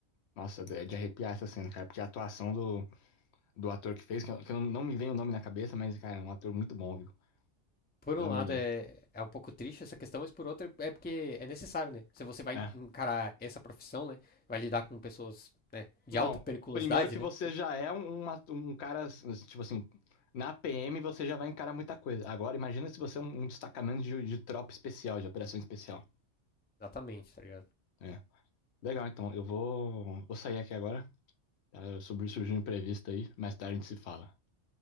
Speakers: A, on the left (about 70°); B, on the left (about 15°).
A: Nossa, é de arrepiar essa cena, cara, porque a atuação do, do ator que fez, que eu, que eu não, não me vem o nome na cabeça, mas, cara, é um ator muito bom, viu?
B: Por
A: Pelo
B: um
A: amor
B: lado
A: de Deus.
B: é, é um pouco triste essa questão, mas por outro é porque é necessário, né? Se você vai
A: É,
B: en- encarar essa profissão, né? Vai lidar com pessoas, né, de
A: Não,
B: alta periculosidade,
A: primeiro que
B: né?
A: você já é um, uma- um cara, tipo assim, na PM você já vai encarar muita coisa. Agora, imagina se você é um, um destacamento de, de tropa especial, de operação especial.
B: Exatamente, tá ligado?
A: É. Legal, então, eu vou, vou sair aqui agora. Ah, Sobre, surgiu um imprevisto aí, mais tarde a gente se fala.